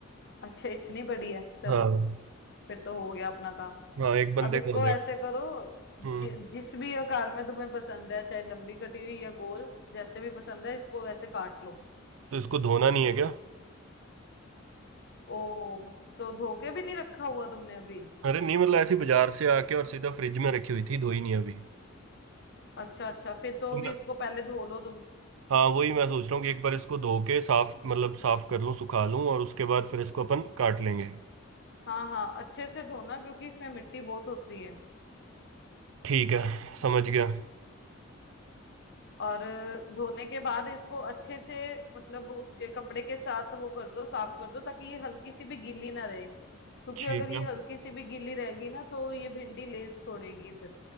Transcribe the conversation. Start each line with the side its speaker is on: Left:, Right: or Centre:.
Left: अच्छा इतनी बड़ी है चलो
Right: हाँ
Left: फिर तो हो गया अपना काम
Right: हाँ एक बंदे
Left: अब इसको
Right: का हो जाएगा
Left: ऐसे करो जि,
Right: हम्म
Left: जिस भी आकार में तुम्हें पसंद है चाहे लंबी कटी हुई या गोल जैसे भी पसंद है इसको वैसे काट लो
Right: तो इसको धोना नहीं है क्या
Left: ओ तो धो के भी नहीं रखा हुआ तुमने अभी
Right: अरे नहीं मतलब ऐसी बाजार से आके और सीधा फ्रिज में रखी हुई थी धोई नहीं अभी
Left: अच्छा अच्छा फिर तो
Right: तो
Left: अभी
Right: मैं
Left: इसको पहले धो लो तुम
Right: हाँ वही मैं सोच रहा हूँ कि एक बार इसको धो के साफ मतलब साफ कर लूँ सुखा लूँ और उसके बाद फिर इसको अपन काट लेंगे
Left: हाँ हाँ अच्छे से धोना क्योंकि इसमें मिट्टी बहुत होती है
Right: ठीक है समझ गया
Left: और धोने के बाद इसको अच्छे से मतलब उसके कपड़े के साथ वो कर दो साफ कर दो ताकि ये हल्की सी भी गीली ना रहे क्योंकि
Right: ठीक
Left: अगर ये
Right: है
Left: हल्की सी भी गीली रहेगी ना तो ये भिंडी लेस छोड़ेगी फिर